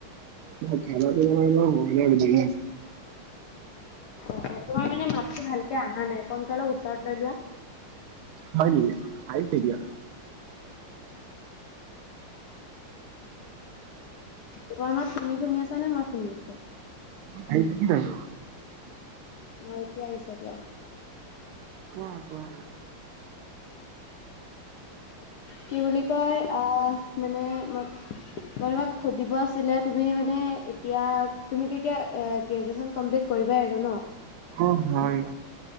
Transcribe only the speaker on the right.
<unintelligible>
হয় নেকি? আহিছে এতিয়া?
আহিছে কি নাই <unintelligible>
অ' কোৱা।
অ' হয়।